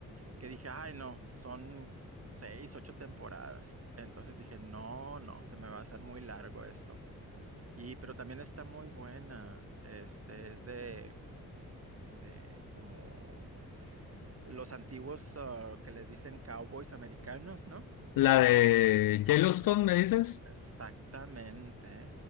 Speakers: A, on the right; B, on the left.
A: que dije, ay, no, son seis, ocho temporadas. Entonces dije, no, no, se me va a hacer muy largo esto. Y, pero también está muy buena. Este es de, de como los antiguos ah, que le dicen cowboys americanos, ¿no?
B: La de Yellowstone, me dices,
A: Exactamente.